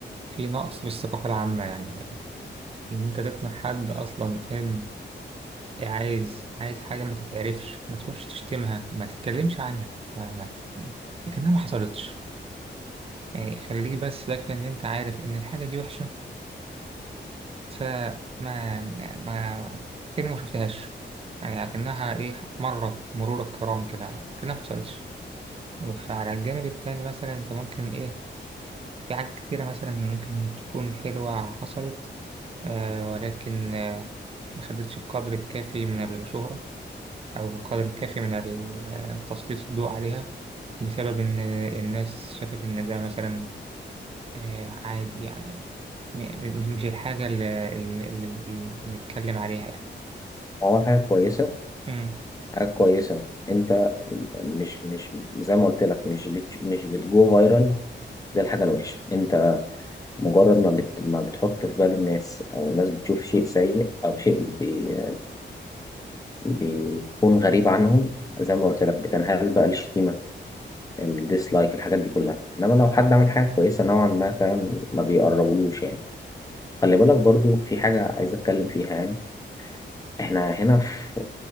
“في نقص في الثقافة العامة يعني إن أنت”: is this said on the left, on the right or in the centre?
Right